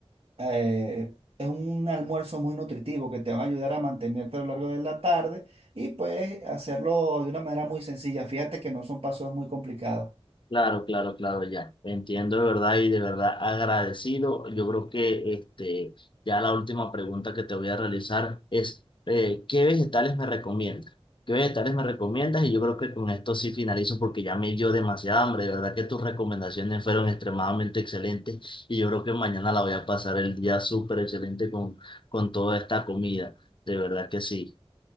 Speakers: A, on the right; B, on the left.
A: eh, es un almuerzo muy nutritivo que te van a ayudar a mantenerte a lo largo de la tarde y puedes hacerlo de una manera muy sencilla. Fíjate que no son pasos muy complicados.
B: Claro, claro, claro, ya. Entiendo de verdad y de verdad agradecido. Yo creo que este, ya la última pregunta que te voy a realizar es, eh, ¿qué vegetales me recomiendas? ¿Qué vegetales me recomiendas? Y yo creo que con esto sí finalizo porque ya me dio demasiada hambre. De verdad que tus recomendaciones fueron extremadamente excelentes y yo creo que mañana la voy a pasar el día súper excelente con, con toda esta comida. De verdad que sí.